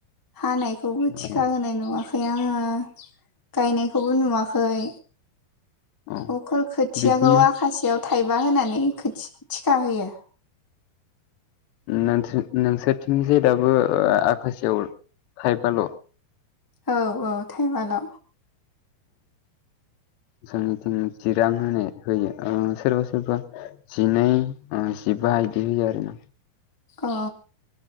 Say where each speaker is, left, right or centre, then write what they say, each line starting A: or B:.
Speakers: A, on the left; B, on the left.
A: हानायखौबो
B: औ
A: थिखा होनाय नुवाखै आंङो गायनायखौबो नुवाखै।
B: औ
A: अखर खोथियाखौ
B: बिदिनो
A: आखाासेयाव थाइबा होनानै थिखा होयो।
B: नोंसोर नोंसोरनिथिंजाय दाबो आखाासेयाव थायबाल।
A: औ औ टाइमाल'
B: जोंनिथिं जिरां होनाय होयो सोरबा सोरबा जिनै जिबा बिदि होयो आरो ना।
A: अ